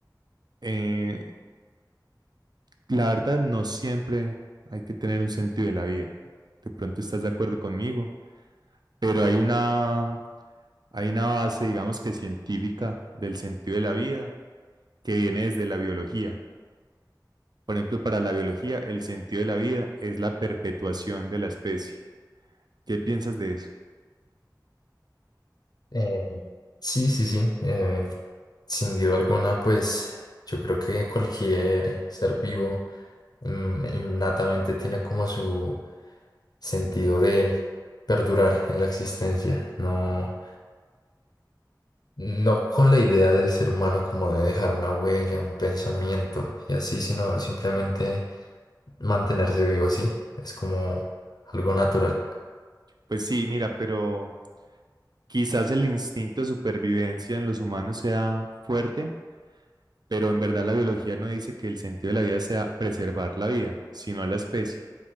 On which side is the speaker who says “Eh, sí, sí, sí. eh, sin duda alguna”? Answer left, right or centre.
Left